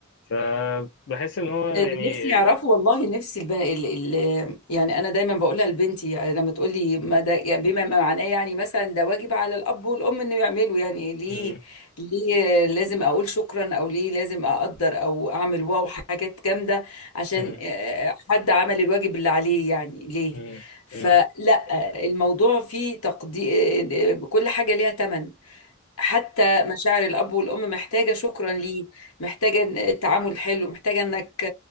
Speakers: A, on the left; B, on the left.
A: فبحس إن هو يعني
B: اللي نفسي يعرفه والله نفسي البقى ال... ال... يعني انا دايما بقولها لبنتي يعني لما تقول لي ما
A: مم،
B: ده يعني بما معناه يعني مثلا ده واجب على الاب والام انه يعملوا يعني ليه
A: مم،
B: ليه لازم اقول شكرا او ليه لازم اقدر او اعمل واو حاجات جامده عشان
A: مم،
B: آه، حد عمل الواجب اللي عليه يعني ليه
A: مم،
B: فلا
A: مم،
B: الموضوع فيه تقدير كل حاجه ليها ثمن حتى مشاعر الأب والأم محتاجة شكرا ليه محتاجة تعامل حلو محتاجة إنك